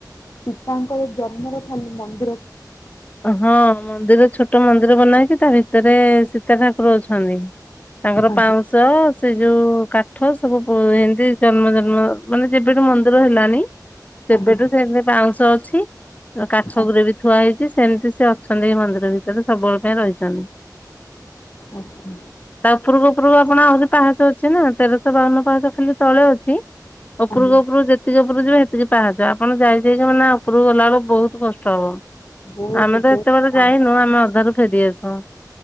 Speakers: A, on the left; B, on the left.
A: ସୀତାଙ୍କର ଜନ୍ମର ଖାଲି ମନ
B: ହଁ ମନ୍ଦିର ଛୋଟ ମନ୍ଦିର ବନା ହେଇଚି ତା ଭିତରେ ସୀତା ଠାକୁର ଅଛନ୍ତି ତାଙ୍କର
A: ଆଜ୍ଞା
B: ପାଉଁଶ ସେ ଯୋଉ କାଠ ସବୁ ପୋ ଏମତି ଜନ୍ମ ଜନ୍ମ ମାନେ ଯେବେଠୁ ମନ୍ଦିର ହେଲାଣି ସେବେଠୁ
A: ଆଜ୍ଞା
B: ସେମିତି ବାଉଁଶ ଅଛି କାଠ
A: ଆଜ୍ଞା
B: ଗୁରେ ବି ହେଇଚି ସେମିତି ସେ ଅଛନ୍ତି ଏଇ ମନ୍ଦିର ଭିତରେ ସବୁବେଳେ ପାଇଁ ରହିଚନ୍ତି
A: ଆଚ୍ଛା
B: ତା ଉପରକୁ ଉପରକୁ ଆପଣ ଆହୁରି ପାହାଚ ଅଛି ନା ତେରଶହ ବାଉନ ପାହାଚ ଖାଲି ତଳେ ଅଛି ଉପରକୁ
A: ଆଜ୍ଞା
B: ଉପରକୁ ଯେତିକି ଉପ ଉପରକୁ ଯିବେ ହେତିକି ପାହାଚ ଆପଣ ଯାଇ ଯାଇ କିନା ଉପରକୁ ଗଲା ବେଳକୁ ବହୁତ କଷ୍ଟ ହବ
A: ବହୁତ
B: ଆମେ ତ
A: ବେଶ।
B: ଏତେବାଟ ଯାଇନୁ ଆମେ ଅଧାରୁ ଫେରିଆସୁ